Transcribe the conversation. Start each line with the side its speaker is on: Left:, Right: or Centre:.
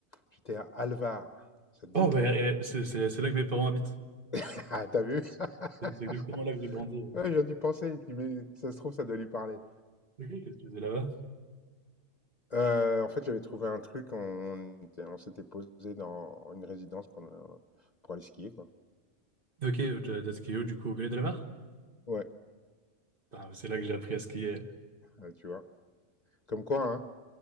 Left: j'étais à Alvar. Ça te dit?
Right: Oh, bah, eh, c'est c'est- c'est là que mes parents habitent.
Left: <laughs> Ah, t'as vu?
Right: C'est
Left: <laughs>
Right: c'est exactement là que j'ai grandi.
Left: Ouais, j'ai dû penser. Je dis, Mais ça se trouve, ça doit lui parler.
Right: Ok, qu'est-ce que tu faisais là-bas?
Left: Heu, en fait, j'avais trouvé un truc, on était on s'était posé dans une résidence pendant pour aller skier, quoi.
Right: Ok, euh, t'as t'as skié où, du coup, au Palais de la Barre
Left: Ouais,
Right: Ah, c'est là que j'ai appris à skier.
Left: bah, tu vois? Comme quoi, hein,